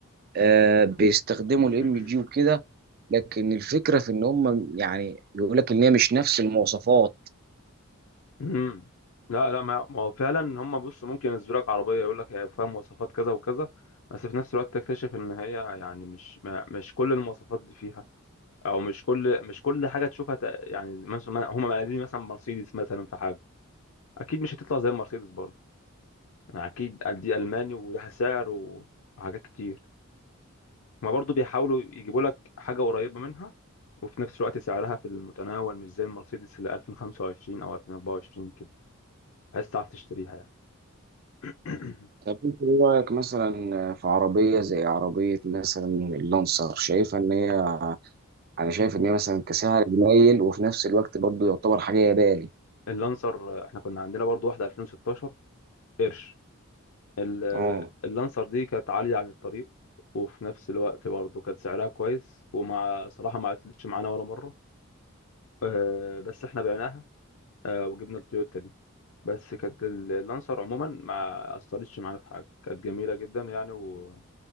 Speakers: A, on the right; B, on the left.
A: آه، بيستخدموا الام
B: <clears throat>
A: جي وكده
B: <coughs>
A: لكن الفكره في ان هم يعني بيقول لك ان هي مش نفس المواصفات
B: امم لا لا ما ما هو فعلا هم بص ممكن ينزلوا لك عربيه يقول لك هي فيها مواصفات كذا وكذا بس في نفس الوقت تكتشف ان هي يعني مش ما مش كل المواصفات دي فيها او مش كل مش كل حاجه تشوفها ت- يعني مثلا هم مقلدين مثلا مرسيدس مثلا في حاجه اكيد مش هتطلع زي مرسيدس برضه يعني اكيد قال دي الماني ولها سعر و- وحاجات كتير ما برضه بيحاولوا يجيبوا لك حاجه قريبه منها وفي نفس الوقت سعرها في المتناول مش زي المرسيدس اللي 2025 او 2024 كده بحيث تعرف تشتريها يعني <coughs>
A: طب انت ايه رايك مثلا في عربيه زي عربيه مثلا اللانسر شايفها ان هي انا شايف ان هي مثلا كسعر قليل وفي نفس الوقت برضه يعتبر حاجه يداري
B: اللانسر احنا كنا عندنا برضو واحدة 2016 قرش ال-
A: اه
B: اللانسر دي كانت عالية عن الطريق وفي نفس الوقت برضو كانت سعرها كويس ومع صراحة ما عطلتش معانا ولا مرة اه، بس احنا بعناها اه، وجبنا التويوتا دي بس كانت ال- اللانسر عموما ما أثرتش معانا في حاجة كانت جميلة جدا يعني و-